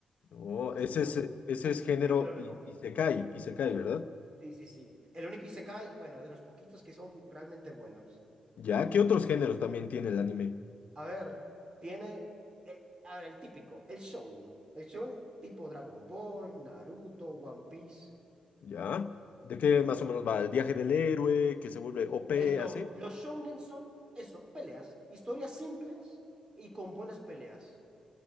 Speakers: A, on the left; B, on the right.
A: Oh,
B: Así
A: ese
B: que bueno,
A: es, ese
B: ahí
A: es género
B: ahí te lo recomiendo.
A: y, y se cae, y se cae, ¿verdad?
B: Sí, sí, sí. El único Isekai, bueno, de los poquitos que son realmente buenos.
A: Ya, ¿qué otros géneros también tiene el anime?
B: A ver, tiene, eh, a ver, el típico, el shonen. El shonen tipo Dragon Ball, Naruto, One Piece.
A: Ya, ¿de qué más o menos va? El viaje del héroe, que se vuelve OP,
B: Esto,
A: así.
B: los shounen son eso, peleas, historias simples y con buenas peleas.